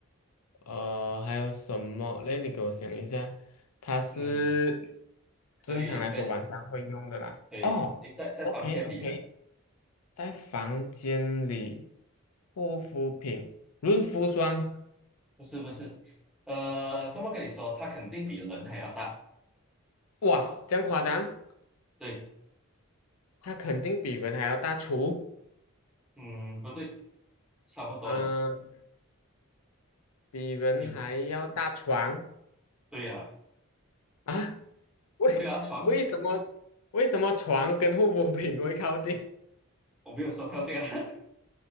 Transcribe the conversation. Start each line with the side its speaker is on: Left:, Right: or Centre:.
Left: 呃，还有什么嘞？那你给我想一下，它是
Centre: 嗯，
Left: 正常来说晚上会用的啦。
Centre: 可以跟对，
Left: 哦，OK
Centre: 你在在房间里了，
Left: OK，在房间里，护肤品，润肤霜，
Centre: 不是不是，呃，这么跟你说，它肯定比人还要大，
Left: 哇，这样夸张，
Centre: 对，
Left: 它肯定比人还要大厨，
Centre: 嗯，不对，差不多了，
Left: 嗯、比人还要大床。
Centre: 你对呀、
Left: 啊。<laughs> 为为什么为什么床跟护肤品会靠近？
Centre: 对啊，床，我没有说靠近啊，<laughs>